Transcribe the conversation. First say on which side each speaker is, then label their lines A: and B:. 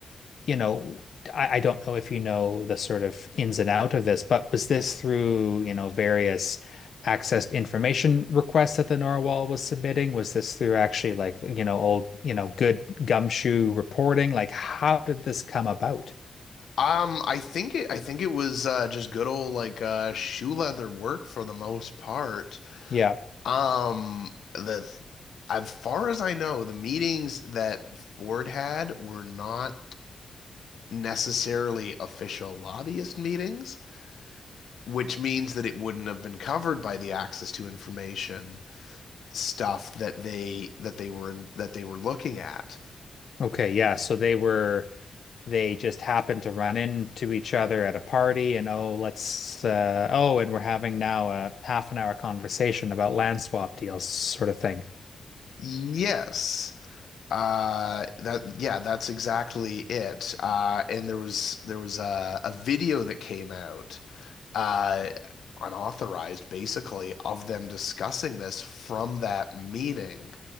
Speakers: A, on the left; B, on the left.
A: you know, I, I don't know if you know the sort of ins and out of this, but was this through, you know, various access information requests that the narwhal was submitting? Was this through actually like, you know, old, you know, good gumshoe reporting? Like, how did this come about?
B: Um, I think it I think it was uh just good old like uh shoe leather work for the most part.
A: Yeah.
B: Um the as far as I know, the meetings that Ford had were not necessarily official lobbyist meetings, which means that it wouldn't have been covered by the access to information stuff that they that they were in, that they were looking at.
A: Okay. Yeah. So they were, they just happened to run into each other at a party and, oh, let's, uh, oh, and we're having now a half an hour conversation about land swap deals, sort of thing.
B: Yes. Uh, that yeah, that's exactly it. Uh, and there was there was a, a video that came out, uh, unauthorized basically, of them discussing this from that meeting,